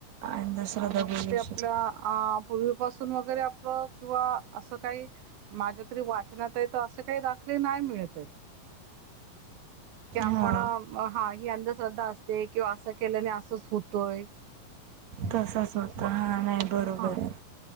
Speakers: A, on the right; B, on the right.
A: अंधश्रद्धा
B: मग
A: बोलू
B: ते आपल्या
A: शक
B: अ पूर्वीपासून वगैरे आपलं किंवा असं काही माझ्या तरी वाचनात आहे तर असे काही दाखले नाही मिळत आहेत. कि आपण
A: हा
B: हा ही अंधश्रद्धा असते किंवा असं केल्याने असंच होतोय.
A: तसच होत
B: प-
A: हा नाही बरोबर
B: हा
A: आहे.